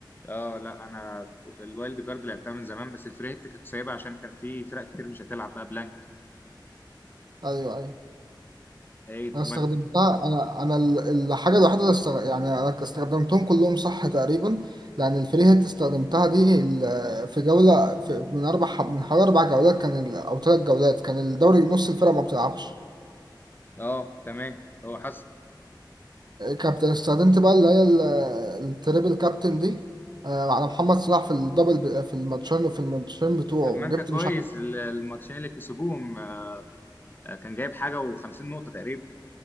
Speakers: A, on the left (about 25°); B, on the right (about 60°).
A: اه لا انا الوايلد كارد لعبتها من زمان بس الفري هيت كنت سايبها عشان كان في فرق كتير مش هتلعب بقى بلانك
B: أيوه أيوه
A: اي
B: أنا استخدمتها
A: ما...
B: أنا أنا ال- الحاجة الوحيدة اللي استغ... يعني أنا استخدمتهم كلهم صح تقريبا لأن الفري هيت استخدمتها دي ال- في جولة في من أربع ح- من حوالي أربع جولات كان ال... أو ثلاث جولات كان الدوري نص الفرقة ما بتلعبش
A: اه تمام هو حصل
B: كابتن استخدمت بقى اللي هي ال- التريبل كابتن دي آه، على محمد صلاح في الدبل في الماتشين في الماتشين بتوعه
A: طب ما
B: وجبت
A: انت كويس
B: مش عارف
A: ال- الماتشين اللي كسبوهم آه، كان جايب حاجه و50 نقطه تقريبا